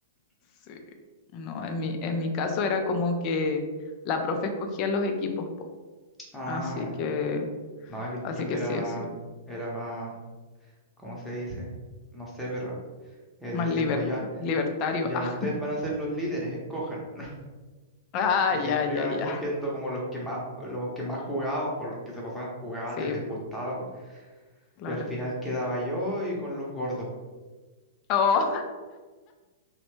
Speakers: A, on the left; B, in the centre.
A: Sí. No, en mi, en mi caso era como que la profe escogía los equipos, po.
B: Ah,
A: Así que,
B: no, es que el
A: así
B: profe
A: que
B: era,
A: sí, sí.
B: era más, ¿cómo se dice? No sé, pero él
A: Más
B: decía
A: liber-
B: como ya,
A: libertario.
B: ya
A: Ah,
B: ustedes van a ser los líderes, escojan. <laughs>
A: ah,
B: Y
A: ya,
B: siempre
A: ya,
B: iban
A: ya.
B: escogiendo como los que más, los que más jugaban, por los que se pasaban jugando
A: Sí,
B: y les
A: po,
B: gustaba. po.
A: claro.
B: Y al final quedaba yo y con los gordos.
A: Oh,